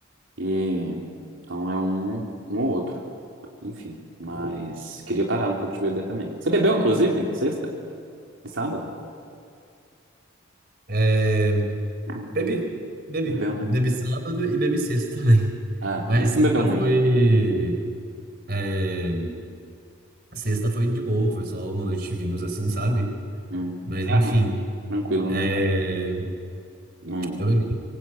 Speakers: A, on the right; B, on the right.
A: E. Então é um, um ou outro. Enfim, mas queria parar um pouco de beber também. Você bebeu, inclusive? Sexta? E sábado?
B: É,
A: Hum,
B: Bebi, bebi.
A: Bebeu, né?
B: Bebi sábado e bebi sexta também.
A: Ah,
B: Mas
A: mas
B: sexta
A: não bebeu muito,
B: foi.
A: né?
B: é, Sexta foi de boa, foi só uma noite de vinhos assim, sabe?
A: Hum.
B: Mas
A: Ah,
B: enfim,
A: não. Tranquilo,
B: é,
A: né? Não,
B: eu bebi.